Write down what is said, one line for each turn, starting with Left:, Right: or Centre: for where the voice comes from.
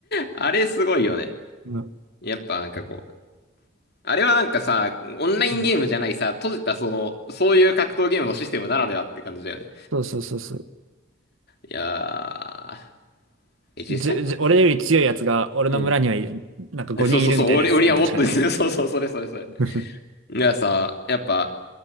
Left: あれすごいよね。
Right: うん。
Left: やっぱなんかこう、あれはなんかさ、オンラインゲームじゃないさ、
Right: うん
Left: 閉じたその、そういう格闘ゲームのシステムならではって感じだよね。
Right: そうそうそうそう。
Left: いやー、え、実際のとこ、
Right: じ、じ、俺より強いやつが、俺の村にはいる、
Left: うん。<laughs>
Right: なんか5人いるみたいなやつだよね、
Left: えそうそうそう、俺、俺はもっとですね、
Right: 確かね。
Left: <laughs> そうそう、それそれそれ。
Right: <laughs>
Left: いやさ、やっぱ、